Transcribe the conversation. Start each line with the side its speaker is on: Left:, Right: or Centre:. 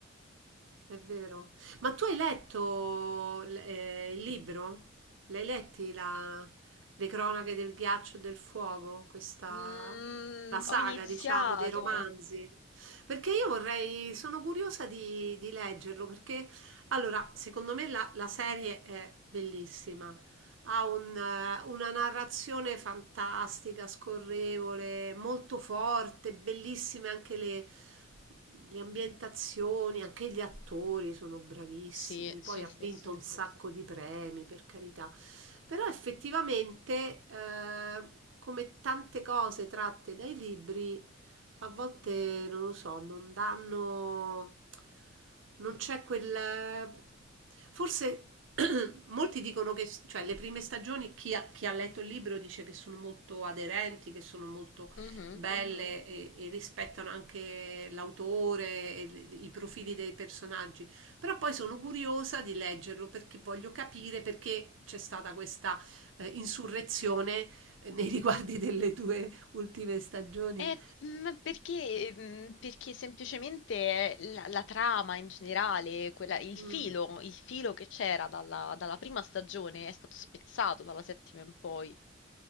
Right: È vero. Ma tu hai letto l- eh, il libro? L'hai letti la- le cronache del ghiaccio e del fuoco? Questa,
Left: Mm,
Right: la saga,
Left: ho iniziato.
Right: diciamo, dei romanzi. Perché io vorrei, sono curiosa di, di leggerlo, perché allora, secondo me la, la serie è bellissima, ha un, eh, una narrazione fantastica, scorrevole, molto forte, bellissime anche le, le ambientazioni, anche gli attori sono bravissimi.
Left: Sì, sì,
Right: Poi ha
Left: sì,
Right: vinto
Left: sì.
Right: un sacco di premi, per carità. Però effettivamente, eh, come tante cose tratte dai libri, a volte non lo so, non danno, non c'è quel... Forse <clears throat> molti dicono che, cioè, le prime stagioni, chi ha, chi ha letto il libro dice che sono molto aderenti, che sono molto
Left: Mhm.
Right: belle mm. e, e rispettano anche l'autore e l- i profili dei personaggi. Però poi sono curiosa di leggerlo perché voglio capire perché c'è stata questa eh, insurrezione eh, nei riguardi delle tue ultime stagioni.
Left: Eh, ma perché, mm, perché semplicemente la, la trama in generale, quella- il
Right: Mm.
Left: filo, il filo che c'era dalla, dalla prima stagione è stato spezzato dalla settima in poi